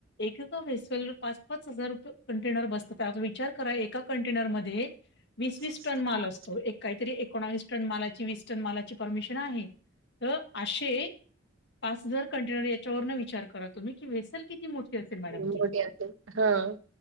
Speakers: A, on the left; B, on the right.
A: एक-एका वेसल पाच-पाच हजार रुपये कंटेनर बसतात, त्यात विचार करा एका कंटेनरमध्ये
B: हं.
A: वीस-वीस
B: हां.
A: टन माल असतो, एक काहीतरी एकोणावीस टन मालाची वीस टन मालाची परमिशन आहे, तर अशी पाच हजार कंटेनर याच्यावरणं विचार करा तुम्ही, की वेसल किती मोठी असेल मॅडम.
B: मोठी
A: ती
B: आतु. हां.